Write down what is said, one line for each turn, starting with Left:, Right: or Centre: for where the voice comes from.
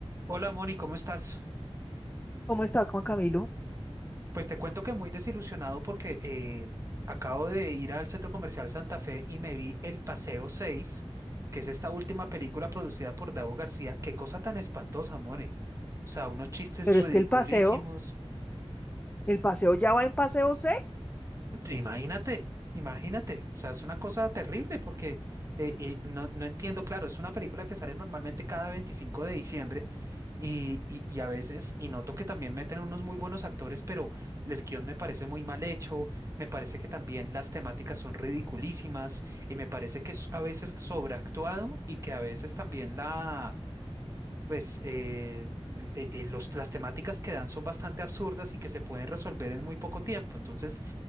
Right: Hola Moni, ¿cómo estás?
Left: ¿Cómo estás, Juan Camilo?
Right: Pues te cuento que muy desilusionado porque eh, acabo de ir al Centro Comercial Santa Fe y me vi El Paseo seis que es esta última película producida por Dago García. Qué cosa tan espantosa, Moni. O sea, unos chistes
Left: Pero
Right: ridiculísimos.
Left: es que el paseo, el paseo ya va en paseo 6,
Right: Te- Imagínate, imagínate. O sea, es una cosa terrible porque eh, eh, no, no entiendo, claro, es una película que sale normalmente cada veinticinco de diciembre Y, y- y a veces, y noto que también meten unos muy buenos actores, pero el guión me parece muy mal hecho, me parece que también las temáticas son ridiculísimas y me parece que es a veces sobreactuado y que a veces también la, pues eh, eh, eh, los- las temáticas que dan son bastante absurdas y que se pueden resolver en muy poco tiempo. Entonces,